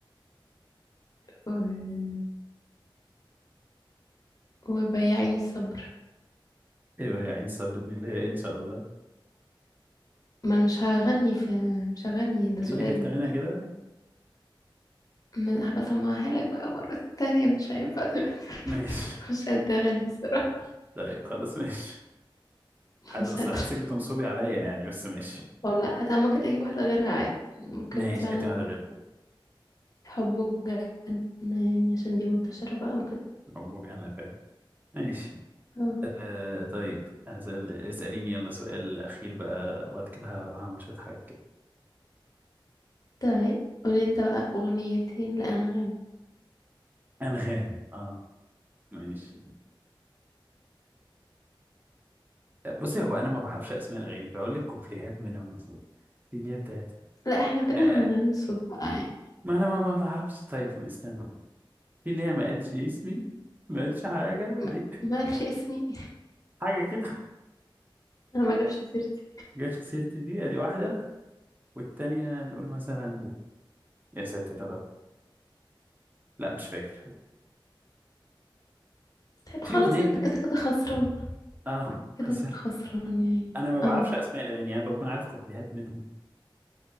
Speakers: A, on the left (about 45°); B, on the right (about 20°).
A: و... وبياعين الصبر
B: ايه بقى يا عين صبر دي اللي هي ان شاء الله
A: ما انا مش هغني في مش هغني ده
B: قولي
A: سؤال
B: لي حته منها كده
A: ما- هبقى اسمعها لك بقى مرة تانية مش هينفع دلوقتي.
B: ماشي
A: <laughs> مش قادرة اغني الصراحة
B: طيب خلاص ماشي حاس
A: مش
B: اصل
A: قادرة
B: حاسك بتنصبي عليا يعني بس ماشي
A: والله أنا ممكن اجيب واحدة غيرها عادي ممكن
B: ماشي
A: مثلا
B: هتعمل غير
A: حب جنة يعني عشان دي منتشرة بقى وكده
B: مبروك انا فاهم ماشي
A: اه
B: آه طيب هسأل اسأليني يلا سؤال أخير بقى وبعد كده هروح أعمل شوية حاجات كده
A: طيب قولي انت بقى أغنيتين لأنغام
B: أنغام اه ماشي آه، بصي هو أنا ما بعرفش أسماء الأغاني فأقول لك كوبليهات منهم مثلا في اللي هي بتاعت
A: لا احنا كده
B: آه آه،
A: هننصب بقى يعني
B: ما أنا ما, ما بعرفش طيب استنى في اللي هي ما قالش اسمي ما قالش حاجة
A: ما
B: دي
A: مالش اسمي
B: حاجة كده
A: انا ما جابش سيرتي
B: جت في سيرتي دي أدي واحدة والتانية نقول مثلا يا ساتر يا رب لا مش فاكر
A: طيب
B: في
A: خلاص
B: أغنية
A: انت
B: كده
A: كده كده خسران
B: اه
A: كده
B: خسرت
A: كده خسران يعني
B: انا ما بعرفش
A: اه
B: اسماء الاغاني انا بكون عارف كوبليهات منهم